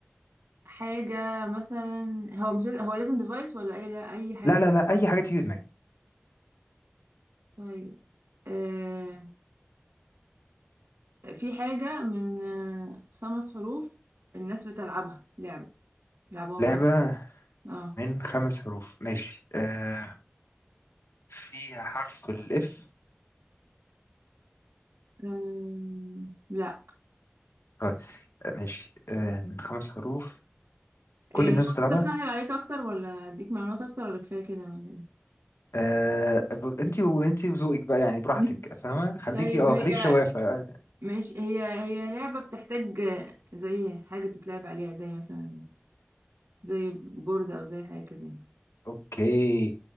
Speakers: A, on the right; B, on the left.
A: حاجة مثلا هو مش لاز- هو لازم ديفايس ولا أي لا أي حاجة
B: لا لا لا اي حاجه تيجي في دماغك
A: طيب آه في حاجة من آه خمس حروف الناس بتلعبها لعبة لعبوها
B: لعبه
A: مع بعض اه
B: من خمس حروف ماشي آه فيها حرف الاف
A: آم، لا
B: طيب آه، ماشي آه من خمس حروف كل
A: يعني
B: الناس
A: لو
B: بتلعبها
A: كده أسهل عليك أكتر ولا أديك معلومات أكتر ولا كفاية كده ولا إيه
B: آه ب- انتي و- انتي وذوقك بقى يعني براحتك
A: <laughs>
B: فاهمة خليكي
A: طيب
B: اه
A: هي
B: خليكي شوافة
A: ماشي هي هي لعبة بتحتاج زي حاجة تتلعب عليها زي مثلا زي بورد او زي حاجه كده يعني.
B: اوكي